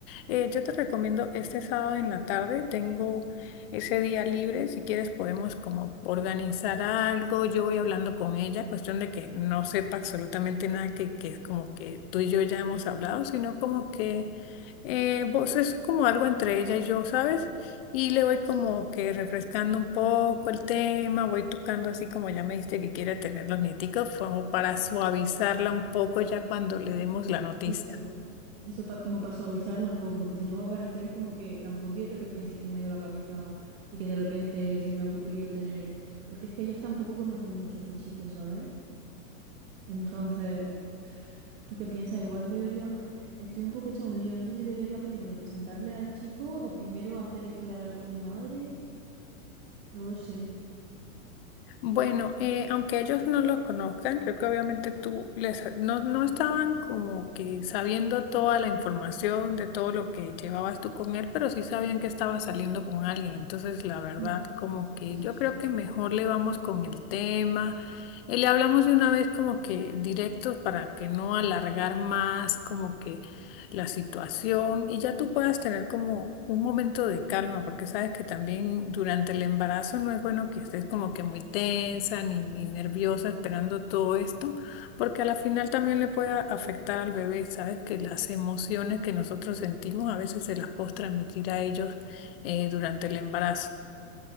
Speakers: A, on the left; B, on the right.
A: eh, yo te recomiendo este sábado en la tarde, tengo ese día libre, si quieres podemos como organizar algo, yo voy hablando con ella, cuestión de que no sepa absolutamente nada que, que es como que tú y yo ya hemos hablado, sino como que eh, vos es como algo entre ella y yo, ¿sabes? Y le voy
B: Sí.
A: como que refrescando un poco el tema, voy tocando así como ya me dijiste que quiere tener los nieticos, como para suavizarla un poco ya cuando le demos la noticia.
B: Eso, eso pa- como para suavizarlo un poco, porque si no va a parecer como que tampoco quiero que piense que se me ha ido la cabeza y que de repente se me ha ocurrido tener, porque es que ellos tampoco conocen mucho a este chico, ¿sabes? Entonces, <sighs> ¿tú qué piensas? Igual debería, uf, estoy un poco hecha un lío, no sé si debería primero presentarle al chico o primero hacer esto de hablar con mi madre, no lo sé.
A: Bueno, eh, aunque ellos no lo conozcan, creo que obviamente tú les no, no estaban como que sabiendo toda la información de todo lo que llevabas tú con él, pero sí sabían que estaba saliendo con alguien. Entonces, la verdad,
B: Y
A: como que
B: eso
A: yo
B: sí.
A: creo que mejor le vamos con el tema. eh, le hablamos de una vez como que directos para que no alargar más, como que la situación y ya tú puedas tener como un momento de calma, porque sabes que también durante el embarazo no es bueno que estés como que muy tensa ni, ni nerviosa esperando todo esto, porque a la final también le puede a- afectar al bebé, sabes que las emociones que nosotros sentimos a veces se las puedes transmitir a ellos eh, durante el embarazo.